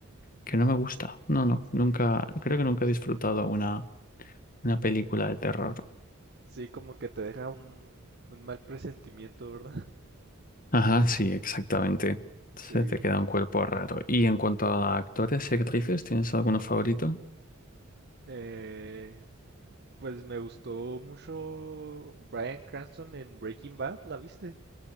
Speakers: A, on the left; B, on the right.
A: que no me gusta. No, no,
B: Sí,
A: nunca, creo que nunca he disfrutado una, una película de terror.
B: sí, como que te deja un, un mal presentimiento, ¿verdad? <laughs>
A: Ajá, sí, exactamente.
B: Sí.
A: Se te queda un cuerpo raro. Y en cuanto a actores y actrices, ¿tienes alguno favorito?
B: Eh, pues me gustó mucho Bryan Cranston en Breaking Bad, ¿la viste?